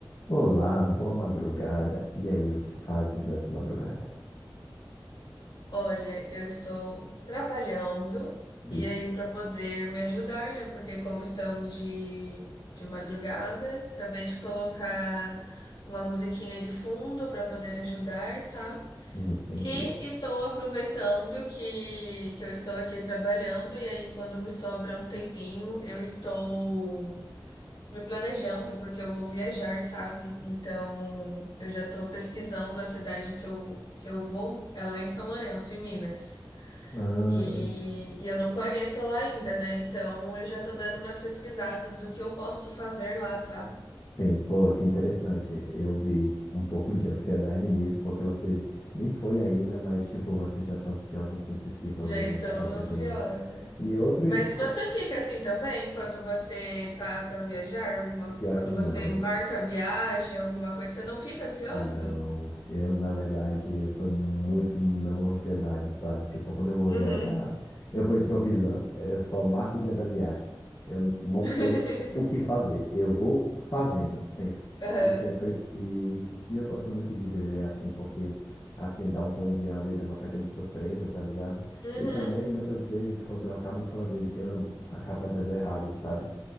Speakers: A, on the left; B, on the left.
A: Olá, boa madrugada. E aí, o que fazes nessa madrugada?
B: Olha, eu estou trabalhando e
A: Vixe,
B: aí para poder me ajudar, né? Porque como estamos de, de madrugada, acabei de colocar uma musiquinha de fundo para poder ajudar, sabe?
A: entendi.
B: E estou aproveitando que, que eu estou aqui trabalhando e aí quando me sobra um tempinho, eu estou me planejando porque eu vou viajar, sabe? Então, eu já estou pesquisando a cidade que eu, que eu vou, é lá em São Lourenço, em Minas.
A: Ah,
B: E, e eu não conheço lá ainda, né? Então eu já tô dando umas pesquisadas do que eu posso fazer lá, sabe?
A: sim, pô, que interessante. Eu vi um pouco de ansiedade nisso, porque você nem foi ainda, mas, tipo, você já tá ansiosa, assim, pesquisando
B: Já estou
A: no que fazer
B: ansiosa.
A: e tudo mais. E outro,
B: Mas você
A: co-
B: fica assim também quando você tá para viajar, alguma,
A: pior
B: quando
A: que não.
B: você marca viagem, alguma coisa, você não fica ansioso?
A: Não, eu na verdade eu sou muito não ansiedade, sabe? Tipo, quando eu vou
B: Uhum.
A: viajar, eu vou improvisando. Eu só marco o dia da viagem. Eu não
B: <laughs>
A: sei o que fazer. Eu vou fazendo sempre.
B: Aham.
A: E sempre e, e eu gosto muito de viver assim, porque assim dá um bom dia a vida é uma caixa de surpresa, tá ligado?
B: Uhum.
A: E também muitas vezes quando eu acabo planejando, acaba dando errado, sabe?